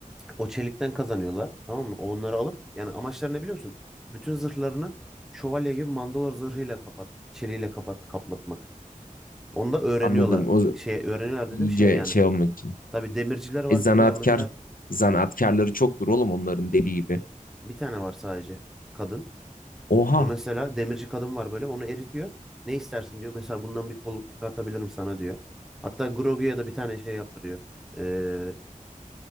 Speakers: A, in the centre; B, on the left.
A: o çelikten kazanıyorlar tamam mı? Onları alıp yani amaçları ne biliyor musun? Bütün zırhlarını şövalye gibi Mandalor zırhıyla kapat, çeliğiyle kapat, kaplatmak. Onu da öğreniyorlar.
B: Anladım. O z-
A: Şey öğreniyorlar
B: iyice
A: dedim şey yani.
B: şey olmak için.
A: Tabii demirciler var
B: E zanaatkar,
A: gidiyorlar mesela
B: zanaatkarları çoktur oğlum onların dediği gibi.
A: Bir tane var sadece. Kadın.
B: Oha.
A: O mesela demirci kadın var böyle. Onu eritiyor. Ne istersin diyor. Mesela bundan bir kolluk çıkartabilirim sana diyor. Hatta Grogu'ya da bir tane şey yaptırıyor. Ee,